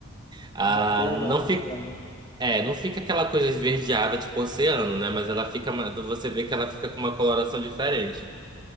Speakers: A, on the right; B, on the left.
A: Ah,
B: da cor da
A: não
B: água
A: fica,
B: do oceano.
A: é, não fica aquela coisa esverdeada tipo oceano, né? Mas ela fica, ma- você vê que ela fica com uma coloração diferente.